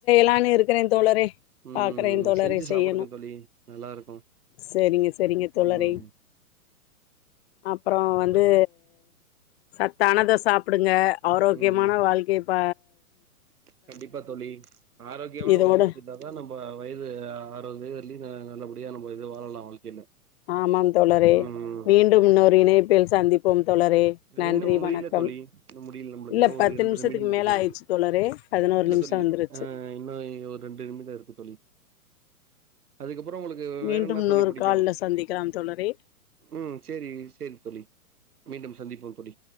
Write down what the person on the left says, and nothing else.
நானு இருக்கிறேன் தோழரே
பாக்குறேன் தோழரே
செய்யணும்
செரிங்க செரிங்க தோழரே
அப்பறம் வந்து சத்தானத சாப்பிடுங்க ஆரோக்கியமான
வாழ் இப்ப
இதோட
ஆமாம் தோழரே
மீண்டும் இன்னொரு இணைப் பில் சந்திப்போம் தோழரே
நன்றி
வணக்கம்
இல்ல
பத்து
நிமிஷத்துக்கு
மேல ஆயிடுச்சு தோழரே பதினோரு
நிமிஷோ
வந்துருச்சு
மீண்டும்
இன்னொரு
கால்ல சந்திக்கலாம் தோழரே